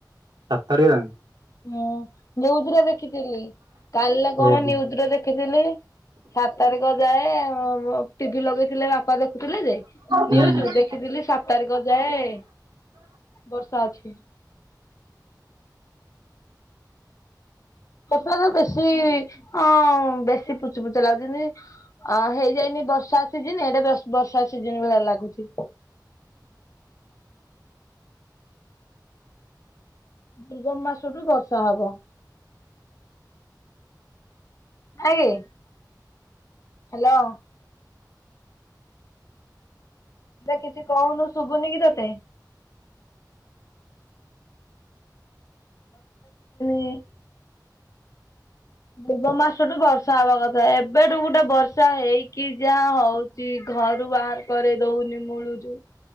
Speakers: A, on the right; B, on the left.
A: ସାତ୍ ତାରିକ ଯାଏ?
B: ହୁଁ ନିୁଜରେ ଦେଖିଥିଲି। କା କଣ
A: ଓହୋ
B: ନିୁଜରେ ଦେଖିଥିଲି ସାତ ତାରିଖ ଯାଏ ଟିଭି ଲଗେଇଥିଲେ ବାପା ଦେଖୁଥିଲେ ଯେ
A: ହୁଁ।
B: ନିଉଜ। ଦେଖିଥିଲି ସାତ ତାରିଖ ଯାଏ ବର୍ଷା ଅଛି। ପର ବେଶୀ ଅ ବେଶୀ ପୁଚୁ ପୁଚ ଲାଗୁଛି ଯେମିତି ଅଁ ହେଇଯାଇନି ବର୍ଷା ସିଜନ ଏଇଟା ବର୍ଷା ସିଜ ଭଳିଆ ଲାଗୁଛି। ଦୁର୍ଗମ ମାସଠୁ ବର୍ଷା ହବ। <unintelligible> ହ୍ୟାଲୋ ହେ କିଛି କହୁନୁ ଶୁଭୁନି କି ତତେ? <unintelligible> ପୂର୍ବ ମାସଠୁ ବର୍ଷା ହବା କଥା ଏବେଠୁ ଗୋଟେ ବର୍ଷା ହେଇକି ଯାହା ହଉ ଛି ଘରୁ ବାହାର କରେଇ ଦଉନି ମୁଳୁରୂ